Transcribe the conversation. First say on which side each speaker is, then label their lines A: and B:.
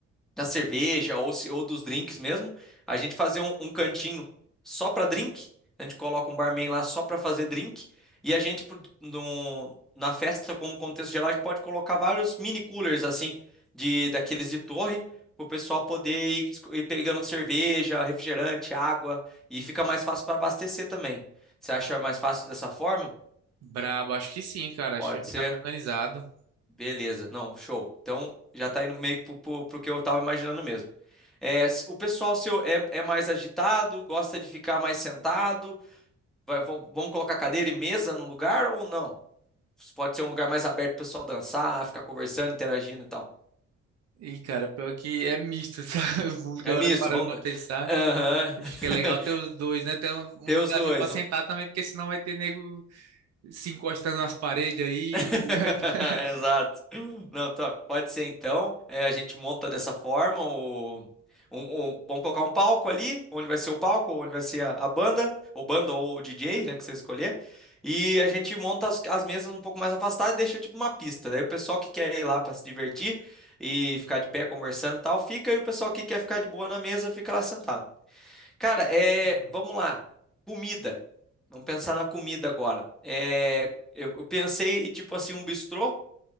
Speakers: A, in the centre; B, on the right.
A: da cerveja ou, se- ou dos drinks mesmo, a gente fazer um, um cantinho só para drink. A gente coloca um barman lá só para fazer drink. E a gente, pro- no- na festa, como contexto geral, a gente pode colocar vários mini coolers, assim, de, daqueles de torre, para o pessoal poder ir, esco- ir pegando cerveja, refrigerante, água. E fica mais fácil para abastecer também. Você acha mais fácil dessa forma?
B: Brabo, acho que sim, cara, acho
A: Pode
B: que fica
A: ser.
B: bem organizado.
A: Beleza, não, show. Então já tá indo meio que pro, pro, pro que eu tava imaginando mesmo. É, se- o pessoal seu é, é mais agitado, gosta de ficar mais sentado? Vai- vão- vamos colocar cadeira e mesa no lugar ou não? Pode ser um lugar mais aberto pro pessoal dançar, ficar conversando, interagindo e tal.
B: E, cara, pior que é misto, <laughs> sabe? O público
A: É
B: agora
A: misto,
B: parando
A: vamos.
B: pra pensar.
A: Aham.
B: Acho
A: <laughs>
B: que é legal ter os dois, né? Ter um
A: Ter
B: um lugarzinho
A: os dois.
B: pra sentar também, porque senão vai ter nego se encostando nas paredes aí.
A: <laughs>
B: <laughs> vai tá-
A: Exato. Não, tá. Pode ser então. É, a gente monta dessa forma. O, um, um- vamos colocar um palco ali, onde vai ser o palco, onde vai ser a, a banda, ou banda ou o DJ, né, que você escolher. E a gente monta as, as mesas um pouco mais afastadas e deixa tipo uma pista. Daí o pessoal que quer ir lá para se divertir e ficar de pé conversando e tal, fica. E o pessoal que quer ficar de boa na mesa fica lá sentado. Cara, é,
B: Ah, não.
A: vamos lá. Comida. Vamos pensar na comida agora. É, eu eu pensei, tipo assim, um bistrô